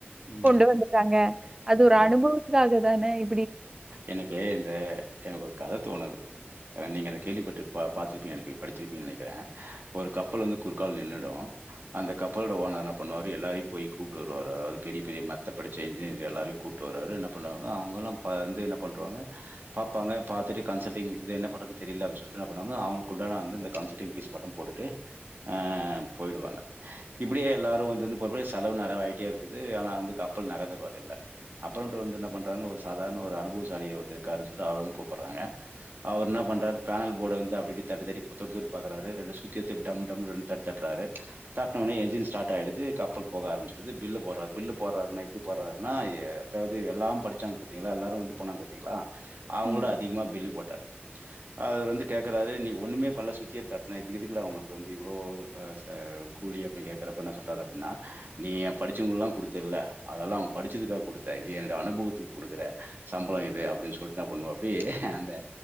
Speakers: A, on the right; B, on the right.
A: ம்.
B: கொண்டு வந்துடாங்க அது இது ஒரு
A: ஆமா.
B: அனுபவுத்துக்காக தானே இ
A: எனக்கு இந்த எனக்கொரு கத தோணுது அ நீங்க அத கேள்விபட்டு பா பாத்திருப்பீனனுப்பியு படிச்சிருப்பீங் நெனைக்கிறே ஒரு கப்பல் வந்து குறுக்கால் நின்னு ரு அந்த கப்பலோட ஓனர் என்ன பண்ணுவாரு எல்லாரையு போயி கூப்ட்டு வருவாரு அதாவ்து பெரி பெரிய மெத்த படிச்ச எஞ்ஜினியர் எல்லாரையு கூட்டு வராரு என்ன பண்ணுவாங்னா அவுங்கல்லாம் ப அது வந்து என்ன பண்ருவாங்க பாப்பாங்க பாத்துட்டு கன்சல்டிங் இது என்ன பண்றதுன் தெரில்ல அப் சொல்ட்டு என்ன பண்ணுவாங்க அவுங்ள் கூட நா வந்து இந்த கன்சல்டிங் ஃபீஸ் மட்டு போட்டுட்டு ஆ போயிடுவாங்க இப்பிடியே எல்லாரு வந்து வந்து போறப்ப செலவு நெறயவாய்ட்டே இருக்குது ஆனா வந்து கப்பல் நகந்த பாடு இல்ல அப்பறன்டு வந்து என்ன பண்றாங்க ஒ சாதார்ண ஒரு அனுபுவசாலி ஒருத்தர் இருக்காருன் சொல்ட்டு அவுர வந் கூப்பட்றாங்க அவர் என்ன பண்றாரு பேன்ல் போட வந்து அப்டிப்டி தட்டி தட்டி தொட்டு தொட்டு பாக்கறாரு ரெண்டு சுத்தி எட்த்து டம் டம்ன் ரெண் தட் தட்றாரு தட்னோனே என்ஜின்ஸ் டாட் ஆயிடுது கப்பல் போக ஆரம்ச்சுடுது பில்லு போட்றாரு பில்லு போட்றாருன்னா எப்டி போட்றாருன்னா இ அதாவ்து எல்லாம் படிச்சாங் பாத்தீங்களா எல்லாரு வந்து போனாங் பாத்தீங்களா
B: பண்ணி
A: அவுங்ளொட அதிகமா பில்லு போட்டாரு அவுரு வந்து கேக்கறாரு நீ ஒண்ணுமே பண்ல சுத்திய எட்த் தட்ன இதுக்கு எதுக்குடா உனக்கு வந்து இவ்ளோ ஆ ச கூலி அப்டின் கேக்கறப்ப என்ன சொல்றாரு அப்ட்ன்னா நீ எ படிச்சவங்கெல்லா குடுத்தில்ல அதெல்லா அவுங் படிச்சதுக்கா குடுத்த இது என்னோட அனுபவத்துக்கு குடுக்குற சம்பளோ இது அப்டின் சொல்ட்டு அ பண்ணுவா இப்டியே அந்த